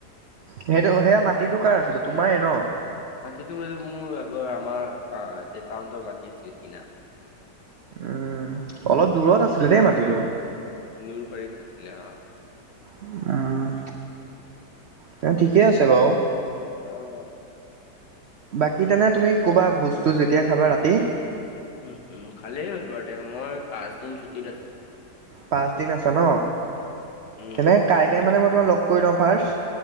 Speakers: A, on the right; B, on the left.
A: সেইটো সেয়া মাটিটো কাৰ আছিলে তোমাৰেই ন'?
B: মাটিতো এইটো মোৰ আগৰ আমাৰ টাউনৰ মাটি আছিল কিনা।
A: উম'। অলপ দূৰত আছিলে দেই মাটিটো।
B: নৰবাৰীত আছিল অ'।
A: উমঁ' তেনে ঠিকেই আছে বাৰু।
B: অহ'।
A: বাকী তেনে তুমি ক'বা ভোজ-চোজ যেতিয়া খাবা ৰাতি।
B: উম' উম' খালেই হ'ল বাৰু দে। মই পাঁচ দিন ছুটীত আছোঁ।
A: পাঁচদিন আছে ন,
B: উম
A: তেনে কাইলে মানে মই তোমাক লগ কৰি লওঁ ফাৰ্ষ্ট।